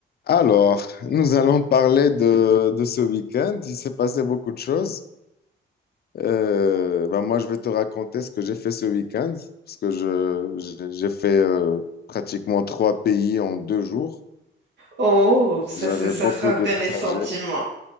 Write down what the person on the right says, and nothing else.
Oh, ça,
c'est- ça
sera intéressant,
dis-moi.